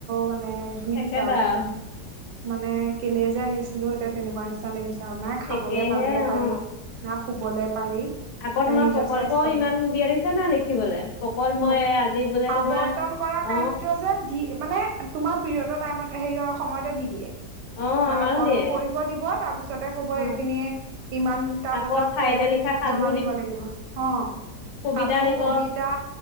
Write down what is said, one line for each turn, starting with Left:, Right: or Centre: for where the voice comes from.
Right: মানে ধুই
Left: একেবাৰে
Right: দিছে আৰু কৈচোনহ মানে কেলে যে আহিছিলো এতিয়া তেনেকুৱা নিচিনা লাগিছে আৰু না খাবলে
Left: একেহে
Right: ভালকে পাৰি
Left: অ
Right: না শুবলে পাৰি
Left: আকৌ তোমাৰ
Right: নিজৰ
Left: প্ৰকল্পও
Right: স্বাস্থ্যটো
Left: ইমান দিয়ে দিছে না লিখিবলে প্ৰকল্পই
Right: নো
Left: আজি বোলে
Right: আৱৰ্তন
Left: তোমাৰ
Right: কৰা
Left: অ
Right: কাৰ্য যে দি মানে তোমাৰ পিৰিয়ডত টাইমত হেৰি সময়তে দি দিয়ে।
Left: অ
Right: অ'
Left: আমাৰো
Right: ক
Left: দিয়ে
Right: কৰিব দিব তাৰ পিছতে কব এইখিনিয়ে
Left: অ
Right: ইমানটা
Left: আকৌ
Right: বজাত
Left: ঠাইতে
Right: এ
Left: লিখা সাধু
Right: জমা দিব লাগিব অ'
Left: কবিতা
Right: সাধু
Left: দিব
Right: কবিতা